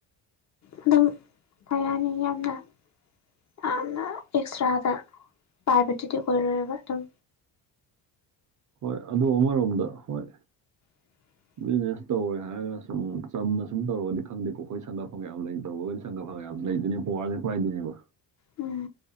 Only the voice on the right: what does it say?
ꯍꯣꯏ ꯑꯗꯨ ꯑꯃꯔꯣꯝꯗ ꯍꯣꯏ
ꯕꯤꯖꯤꯅꯦꯁ ꯇꯧꯔꯦ ꯍꯥꯏꯔꯒ ꯁꯨꯝ ꯆꯝꯅ ꯁꯨꯝ ꯇꯧꯔꯒꯗꯤ ꯈꯪꯗꯦꯀꯣ ꯑꯩꯈꯣꯏ ꯁꯪꯒ ꯐꯪꯒ ꯌꯥꯝ ꯂꯩ ꯇꯧꯔꯒ ꯁꯪꯒ ꯐꯪꯒ ꯌꯥꯝ ꯂꯩꯗꯣꯢꯅꯦ ꯄꯥꯋꯔꯖꯦ ꯄꯥꯏꯗꯣꯏꯅꯦꯕ